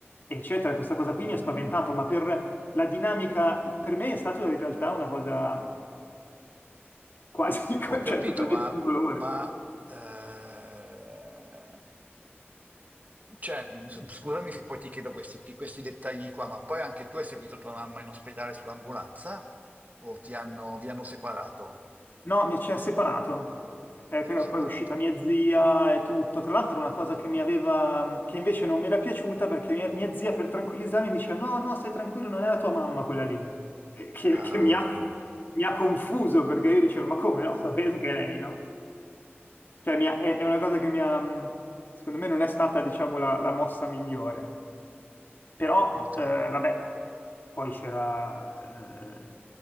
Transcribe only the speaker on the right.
Ho capito,
ma,
ma, eh, cioè, s- scusami se poi ti chiedo questi, pi- questi dettagli qua, ma poi anche tu hai seguito tua mamma in ospedale sull'ambulanza o ti hanno, vi hanno separato?
Vi hanno
separato?
Ah,
ho capito.